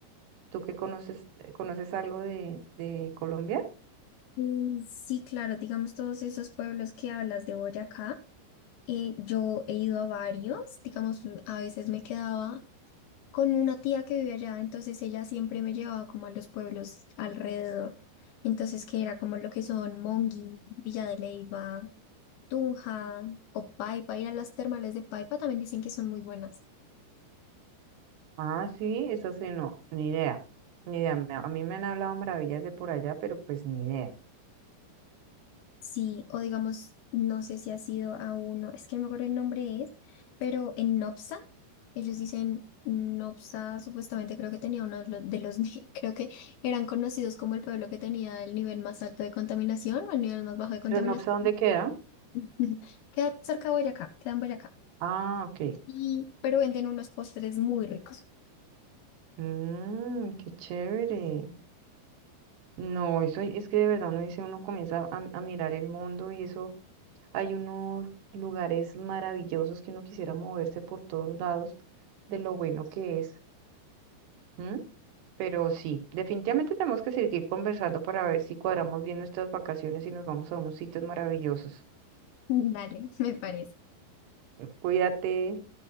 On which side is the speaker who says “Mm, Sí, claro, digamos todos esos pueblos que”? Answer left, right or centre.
Left